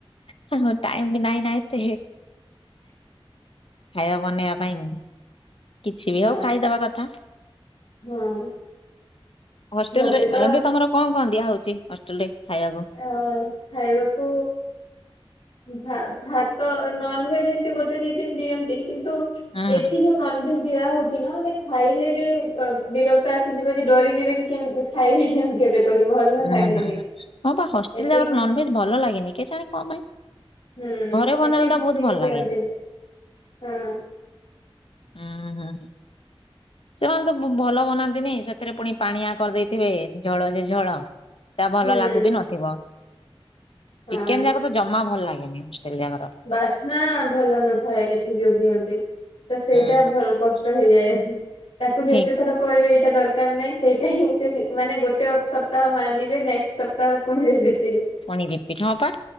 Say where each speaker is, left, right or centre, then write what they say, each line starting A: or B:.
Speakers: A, on the left; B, on the left.
A: ସ ଟାଇମ ବି ନାହିଁ ନା ନାହିତ। ଖାଇବା ବନେଇବା ପାଇଁ କିଛି ବି
B: ହଁ
A: ହଉ ଖାଇଦବା କଥା।
B: ହଁ
A: ହଷ୍ଟେଲ
B: ମତେ
A: ରେ
B: ତ
A: ଏବେ ତମର କଣ କହ ଦିଆ ହଉଛି ହଷ୍ଟେଲ ରେ ଖାଇବାକୁ?
B: ଅ ଖାଇବାକୁ ଭା ଭାତ ନଭେଜ ଏମିତି ଗୋଟେ ଦି ଦିନ ଦିଅନ୍ତି କିନ୍ତୁ
A: ହୁଁ
B: ଏଠି ଯୋଉ ନନଭେଜ ଦିଆ ହଉଛି ନା ମାନେ ଖାଇଲେ ବି ବିରକ୍ତ ଆସିଯିବ ଯେ ଡରିଯିବେ କି କେ ଖାଇବେନି ଆଉ। କେବେ କହିକି ଭଲ
A: ହୁଁ
B: ଲାଗେନି।
A: ହୁଁ ହଁ ବା ହଷ୍ଟେଲ
B: ଏଠିକି
A: ଯାଗାର ନ ଭେଜ ଭଲ ଲାଗେନି କେ ଜାଣି କଣ ପାଇଁ।
B: ହୁଁ ମତେ
A: ଘରେ ବନେଇଲେ ତ ବହୁତ
B: ହଇଗିବଅନ୍ତିି
A: ଭଲ ଲାଗେ।
B: ହଁ <unintelligible>
A: ହୁଁ ହଁ ହଁ। ସେମାନେ ତ ଭଲ ବନାନ୍ତିନି ସେଥିରେ ପୁଣି ପାଣିଆ କରିଦେଇଥିବେ ଝଳ ଯେ ଝଳ। ତା ଭଲ
B: ହୁଁ
A: ଲାଗୁ ବି ନଥିବ।
B: ହଁ
A: ଚିକେନ୍ ଯାକ ତ ଜମା ଭଲ ଲାଗେନି ହୋଷ୍ଟେଲ ଯାକର।
B: ବାସ୍ନା ଭଲ ନଥାଏ ଏଠି ଯୋଉ ଦିଅନ୍ତି ତ ସେଇଟା
A: ହୁଁ
B: ଭଲ କଷ୍ଟ ହେଇଯାଏ। ତାକୁ ଯେତେ
A: ଠିକ
B: ଥର କହିବେ ଏଇଟା ଦରକାର ନାହିଁ ସେଇଟା ହିଁ ସେ ମାନେ ଗୋଟେ ସପ୍ତାହ ମାନିବେ ନେକ୍ସଟ ସପ୍ତାହ ପୁଣି ଦେଇବେ
A: ପୁଣି ଦିପିଟ ହପା